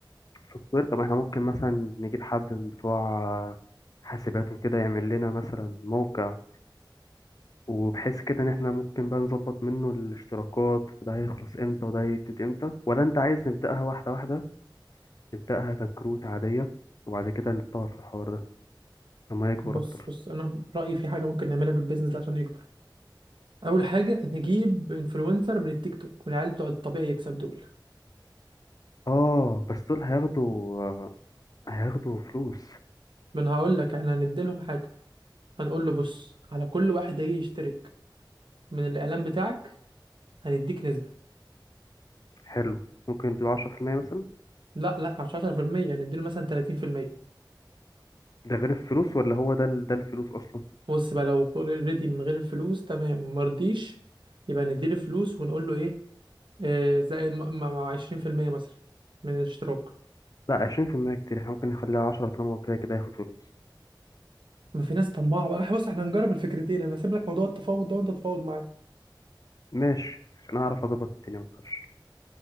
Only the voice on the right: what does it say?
بص
بص انا رايي في حاجه ممكن نعملها في البيزنس ده عشان يكبر اول حاجه نجيب انفلونسر من التيك توك من العيال بتوع الطبيعي يكسب دول
ما انا هقول لك احنا هنديلهم حاجه هنقول له بص على كل واحد هيجي يشترك من الاعلان بتاعك هنديك نسبه
لا لا مش 10% هنديله مثلا 30%
بص بقى لو ريدي من غير الفلوس تمام مرضيش يبقى نديله فلوس ونقول له ايه آه زي م- مع 20% مثلا من الاشتراك
ما في ناس طماعه بقى إحنا بص احنا هنجرب الفكرتين انا هسيب لك موضوع التفاوض ده وانت تتفاوض معايا